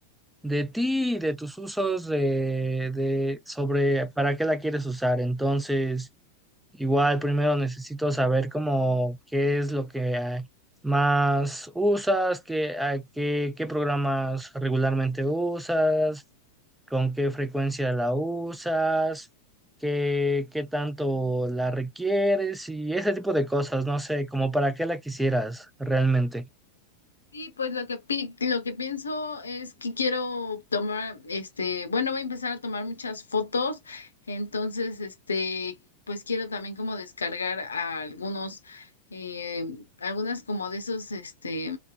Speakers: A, in the centre; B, on the left.
A: de ti y de tus usos de, de sobre para qué la quieres usar. Entonces. Igual primero necesito saber cómo qué es lo que ah, más usas, qué, ah, qué, qué programas regularmente usas, con qué frecuencia la usas, qué, qué tanto la requieres y ese tipo de cosas, no sé, como para qué la quisieras realmente.
B: Sí, pues lo que pi- lo que pienso es que quiero tomar, este, bueno, voy a empezar a tomar muchas fotos, entonces, este, pues quiero también como descargar a algunos, eh, algunas como de esos, este,